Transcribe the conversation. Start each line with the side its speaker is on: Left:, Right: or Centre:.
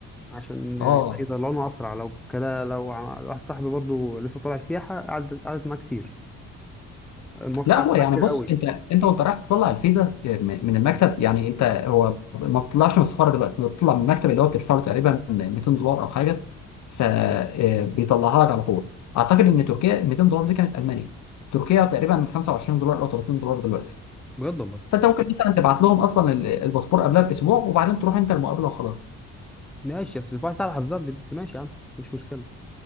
Centre: عشان
Left: اه
Centre: يطلعونه اسرع لو كده لو ع- واحد صاحبي برضو لسه طالع سياحه قعد قعدت معاه كتير الموافقه
Left: لا
Centre: قعدت
Left: هو
Centre: معاه
Left: يعني
Centre: كتير
Left: بص
Centre: قوي
Left: انت انت وانت رايح تطلع الفيزا م- من المكتب يعني انت هو ما بتطلعش من السفاره دلوقتي انت بتطلع من المكتب اللي هو بتدفع له تقريبا 200 دولار او حاجه فبيطلعها لك على طول اعتقد ان تركيا 200 دولار دي كانت المانيا تركيا تقريبا 25 دولار او 30 دولار دلوقتي
Centre: بجد والله
Left: فانت ممكن مثلا تبعت لهم اصلا ال- الباسبور قبلها باسبوع وبعدين تروح انت المقابله وخلاص
Centre: ماشي بس واحد صاحبي حذرني بس ماشي يا عم مش مشكله